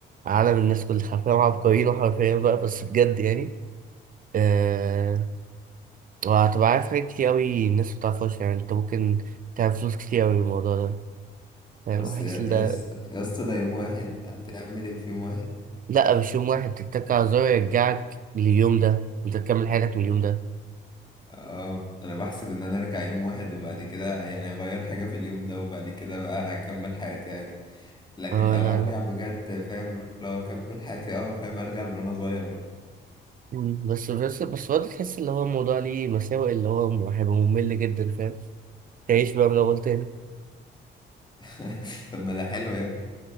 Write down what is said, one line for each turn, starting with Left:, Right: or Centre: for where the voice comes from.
Right: عالم الناس كلها حرفيا عبقريين وحرفيا بقى بس بجد يعني أه وهتبقى عارف حاجات كتير أوي الناس ما بتعرفهاش يعني انت ممكن تعمل فلوس كتير أوي بالموضوع ده فاهم
Left: بس
Right: حاسس
Left: يا
Right: إن ده
Left: يا اسطى يا اسطى ده يوم واحد هتعمل ايه في يوم واحد
Right: لأ مش يوم واحد تتك على زرار يرجعك لليوم ده وانت تكمل حياتك من اليوم ده
Left: اه انا بحسب ان انا ارجع يوم واحد وبعد كده يعني اغير حاجة في اليوم ده وبعد كده بقى اكمل حياتي عادي لكن
Right: اه
Left: لو
Right: لا
Left: هرجع
Right: لا
Left: بجد فاهم لو اكمل حياتي اه فاهم ارجع من وانا صغير بقى
Right: مم، بس بس بس برضه تحس اللي هو الموضوع ليه مساوئ اللي هو هيبقى ممل جدا فاهم تعيش بقى من الأول تاني
Left: <laughs> طب ما ده حلو يا ابني